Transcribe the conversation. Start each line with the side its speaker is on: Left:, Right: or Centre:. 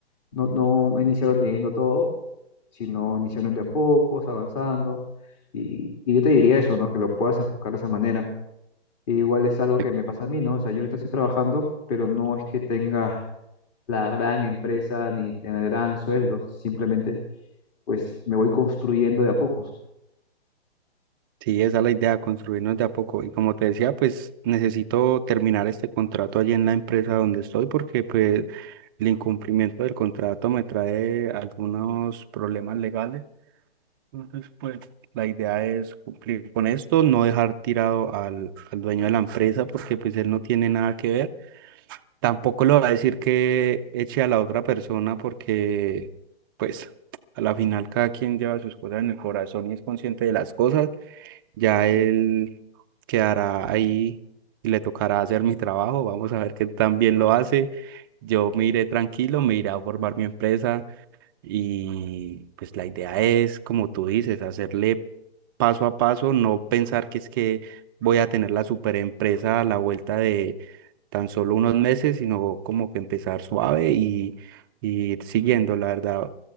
Left: no, no, no iniciaron leyendo todo, sino iniciaron de a pocos, avanzando. Y, y yo te diría eso, ¿no? Que lo puedas enfocar de esa manera. E igual es algo
Right: Eh,
Left: que me pasa a mí, ¿no? O sea, yo ahorita estoy trabajando, pero no es que tenga la gran empresa ni el gran sueldo. Simplemente, pues, me voy construyendo de a pocos.
Right: Sí, esa es la idea, construirnos de a poco. Y como te decía, pues necesito terminar este contrato allí en la empresa donde estoy porque pues el incumplimiento del contrato me trae algunos problemas legales. Entonces, pues la idea es cumplir con esto, no dejar tirado al, al dueño de la empresa porque pues él no tiene nada que ver. Tampoco le va a decir que eche a la otra persona porque pues a la final cada quien lleva sus cosas en el corazón y es consciente de las cosas. Ya él quedará ahí y le tocará hacer mi trabajo. Vamos a ver qué tan bien lo hace. Yo me iré tranquilo, me iré a formar mi empresa y pues la idea es, como tú dices, hacerle paso a paso, no pensar que es que voy a tener la super empresa a la vuelta de tan solo unos meses, sino como que empezar suave y, y ir siguiendo, la verdad,